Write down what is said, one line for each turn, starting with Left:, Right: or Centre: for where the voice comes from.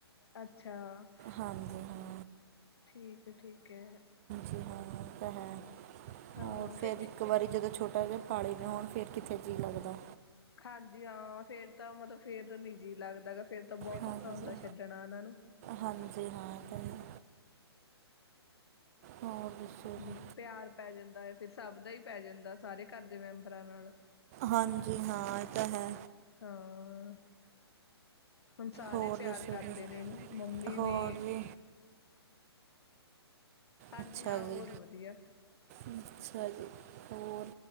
Left: ਅੱਛਾ,
Right: ਹਾਂਜੀ
Left: '
Right: ਹਾਂ
Left: <inaudible> ' ਠੀਕ ਐ-ਠੀਕ ਐ।
Right: ਜੀ ਹਾਂ, ਉਹ ਤਾਂ ਹੈ
Left: ਤਾਂ
Right: ਹੋਰ ਫਿਰ
Left: ਜ
Right: ਇੱਕ ਵਾਰੀ ਜਦੋਂ ਛੋਟਾ ਜਿਹਾ ਪਾਲੇ ਹੋਣ ਫਿਰ ਕਿੱਥੇ ਜੀਅ ਲੱਗਦਾ।
Left: ਹਾਂਜੀ ਹਾਂ, ਫੇਰ ਤਾਂ ਮਤਲਬ ਫੇਰ ਨੀ ਜੀ ਲੱਗਦਾ ਫੇਰ ਤਾਂ ਬਹੁਤ
Right: ਹਾਂਜੀ
Left: ਔਖਾ ਹੁੰਦਾ ਛੱਡਣਾ ਉਹਨਾਂ ਨੂੰ।
Right: ਹਾਂਜੀ ਹਾਂ, ਇਹ ਤੈ ਹੈ। ਹੋਰ ਦੱਸੋ
Left: ਹੂ
Right: ਜੀ
Left: ਪਿਆਰ ਪੈ ਜਾਂਦਾ ਐ ਫਿਰ ਸਭ ਦਾ ਹੀ ਪੈ ਜਾਂਦਾ ਸਾਰੇ ਘਰ ਦੇ ਮੈਂਬਰਾਂ ਨਾਲ।
Right: ਹਾਂਜੀ ਹਾਂ, ਇਹ ਤਾਂ ਹੈ।
Left: ਹਾਂ ' <inaudible> ' ਹੁਣ ਸਾਰੇ
Right: ਹੋਰ
Left: ਪਿਆਰ
Right: ਦੱਸੋ
Left: ਕਰਦੇ
Right: ਜੀ
Left: ਨੇ ਇਹਨੂੰ ਮੰਮੀ
Right: ਹੋਰ
Left: ਵੀ।
Right: ਜੀ
Left: ਹਾਂਜੀ
Right: ਅੱਛਾ
Left: ਹਾਂ
Right: ਜੀ।
Left: ਹੋਰ ਵਧੀਆ
Right: ਅੱਛਾ ਜੀ, ਹੋਰ